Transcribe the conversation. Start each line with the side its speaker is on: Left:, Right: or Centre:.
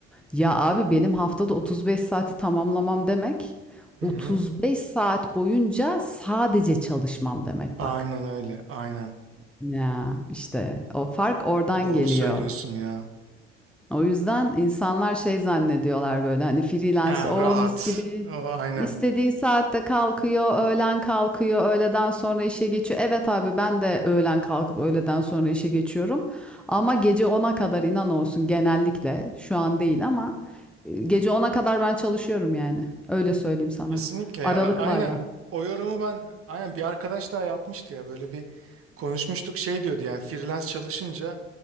Centre: Ya abi benim haftada 35 saati tamamlamam demek.
Right: Hı
Centre: 35
Right: hı.
Centre: saat boyunca sadece çalışmam demek
Right: Aynen
Centre: bak.
Right: öyle aynen.
Centre: Ya işte o fark oradan
Right: Doğru
Centre: geliyor.
Right: söylüyorsun ya.
Centre: O yüzden insanlar şey zannediyorlar böyle hani freelance
Right: Ha,
Centre: o
Right: rahat.
Centre: mis gibi
Right: O, aynen
Centre: istediği saatte kalkıyor, öğlen kalkıyor, öğleden sonra işe geçiyor. Evet abi ben de öğlen kalkıp öğleden sonra işe geçiyorum. Ama gece ona kadar inan olsun genellikle şu an değil ama e, gece ona kadar ben çalışıyorum yani. Öyle söyleyeyim sana.
Right: Kesinlikle ya
Centre: Aralıklarla
Right: aynen o yorumu ben aynen bir arkadaş daha yapmıştı ya böyle bir konuşmuştuk şey diyordu yani freelance çalışınca